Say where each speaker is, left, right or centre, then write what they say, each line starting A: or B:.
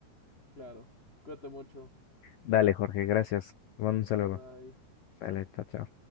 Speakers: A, on the left; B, on the left.
A: claro. Cuídate mucho.
B: Dale, Jorge, gracias. Te mando un saludo.
A: Bye bye.
B: Dale, chao, chao.